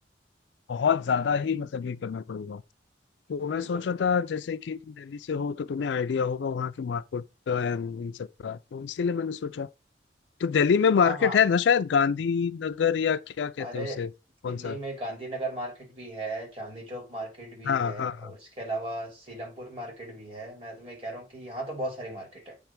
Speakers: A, on the left; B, on the right.
A: बहुत ज्यादा ही मतलब ये करना पड़ेगा तो मैं
B: बिल्कुल
A: सोच रहा
B: बिल्कुल
A: था जैसे कि तुम दिल्ली से हो तो तुम्हें आइडिया होगा वहाँ के मार्केट का एंड इन सब का तो इसीलिए मैंने सोचा तो दिल्ली में मार्केट
B: हाँ हाँ
A: है ना शायद गांधी नगर या क्या कहते
B: अरे
A: हैं उसे
B: दिल्ली
A: कौन सा
B: में गांधीनगर मार्केट भी है चांदनी चौक मार्केट भी
A: हाँ
B: है
A: हाँ
B: और
A: हाँ
B: इसके अलावा सीलमपुर मार्केट भी है मैं तुम्हें कह रहा हूँ कि यहाँ तो बहुत सारी मार्केट है